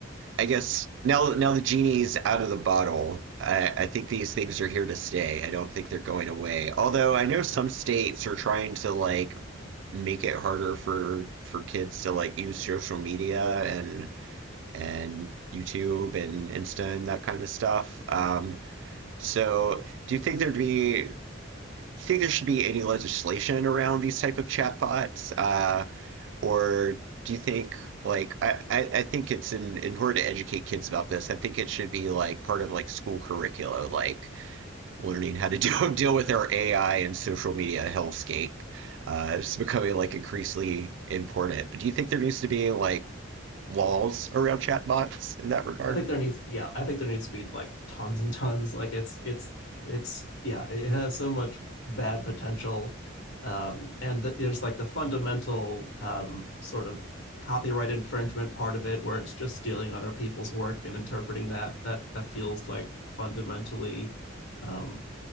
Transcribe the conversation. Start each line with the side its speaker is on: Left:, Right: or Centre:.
Right: I guess now now the genie's out of the bottle. I, I think these things are here to stay. I don't think they're going away. Although I know some
Left: yeah.
Right: states are trying to like make it harder for for kids to like use social media and and YouTube and Insta and that kind of stuff. Um, so do you think there'd be think there should be any legislation around these type of chatbots, uh, or do you think like I, I, think it's in, in order to educate kids about this, I think it should be like part of like school curricula, like learning how to <laughs> do, deal with our AI and social media hellscape. Uh, it's becoming like increasingly important. But do you think there needs to be like laws around chatbots in that regard?
Left: I think there needs, yeah, I think there needs to be like tons and tons. Like it's, it's, it's, yeah, it has so much bad potential. Um, and th there's like the fundamental um, sort of copyright infringement part of it, where it's just stealing other people's work and interpreting that. That that feels like fundamentally um,